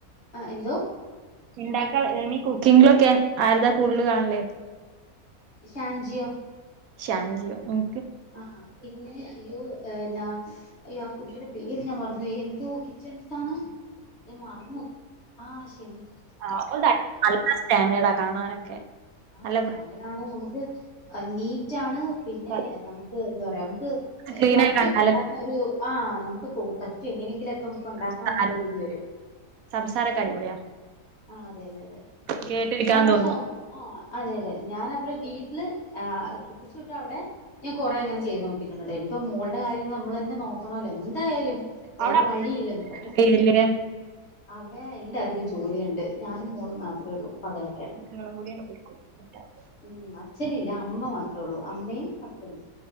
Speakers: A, on the left; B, on the right.
A: എന്തോ
B: ഉണ്ടാക്ക, കുക്കിങ്ങിലൊക്കെ ആരതാ കൂടുതൽ കാണല്
A: ഷാൻജിയോ
B: ഷാൻജിയോ, ഉം
A: ആഹ് പിന്നെ അയ്യോ ന്നാ അയ്യോ ആ കുട്ടീടെ പേര് ഞാൻ മറന്നു എന്തോ കിച്ചൺ താണ് ഞാൻ മറന്നു ആഹ് ശെമിസ്
B: ആഹ് അവളുടെ നല്ല സ്റ്റാൻഡേഡാ കാണാനൊക്കെ
A: ആഹ്
B: നല്ല
A: സ്റ്റാൻഡേടാണ് നമുക്ക് നീറ്റ് ആണ് പിന്നെ
B: കുറച്ച്
A: നമുക്ക് എന്താ പറയാ നമുക്ക്
B: ക്ലീൻ
A: പറ്റും
B: ആയി കണ്ടാല്
A: ഉണ്ടാക്കാൻ ഒരു ആഹ് നമുക്ക് തോ പറ്റും എങ്ങനെയെ ലൊക്കെ നമുക്ക് ഉണ്ടാക്കാം
B: സംസാരം
A: എന്നുള്ളൊരു ഇത് വരും
B: സംസാരൊക്കെ അടിപൊളിയാ
A: ആഹ അതെ അതെ അതെ
B: കേട്ടിരിക്കാൻ
A: ഞാൻ പക്ഷെ
B: തോന്നും
A: ആഹ് അതെ അതെ ഞാൻ അവിടെ വീട്ടില് ആഹ് കെട്ടിച്ചുവിട്ട അവിടെ ഞാൻ കുറെ അങ്ങനെ ചെയ്ത് നോക്കിട്ടുണ്ടായിട്ടിപ്പോ മോളുടെ കാര്യങ്ങള് നമ്മളന്നെ നോക്കണല്ലോ എന്തായാലും വേറെ
B: അവിടെ
A: വഴിയില്ല നമുക്കപ്പം
B: പേരില്
A: അവിടെ എല്ലാർക്കും ജോലിയു ണ്ട് ഞാനും മോളും മാത്രേ ഉള്ളൂ പകലൊക്കെ
B: നിങ്ങളും കൂടിയാണ് പോയിക്കോളും സെറ്റ് ആവും
A: ഉം അച്ഛനില്ല അമ്മ മാത്ര ത്ര ഉള്ളൂ അമ്മയും ഹസ്ബന്റും